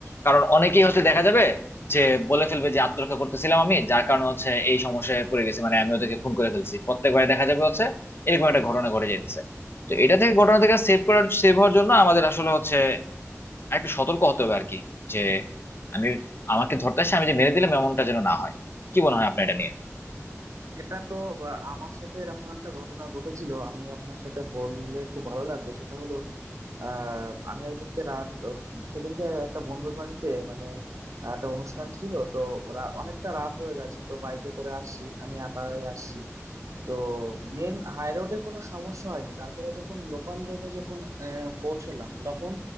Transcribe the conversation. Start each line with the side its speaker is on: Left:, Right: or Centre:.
Left: কারণ অনেকেই হচ্ছে দেখা যাবে যে বলে ফেলবে যে আত্মরক্ষা করতেছিলাম আমি যার কারণে হচ্ছে এই সমস্যায় পড়ে গেছি মানে আমি ওদেরকে খুন করে ফেলছি প্রত্যেকবারে দেখা যাবে হচ্ছে এরকম একটা ঘটনা ঘটে যেতেছে তো এটা থেকে ঘটনা থেকে সেভ করার সেভ হওয়ার জন্য আমাদের আসলে হচ্ছে একটু সতর্ক হতে হবে আর কি যে আমি আমাকে ধরতে আসে আমি যে মেরে দিলাম এমনটা যেন না হয় কি মনে হয় আপনার এটা নিয়ে
Right: এটা তো বা আমার সাথে এরকম একটা ঘটনা ঘটেছিল আমি আপনার সাথে বললে খুব ভালো লাগবে সেটা হলো আহ আমি একদিনকে রাত সেদিনকে একটা বন্ধুর বাড়িতে মানে আহ, একটা অনুষ্ঠান ছিল তো রা- অনেকটা রাত হয়ে গেছে তো বাইকে করে আসছি আমি একাই আসছি তো মেন হাই রোডে কোনো সমস্যা হয়নি তারপরে যখন লোকাল রোডে যখন আহ, পৌঁছলাম তখন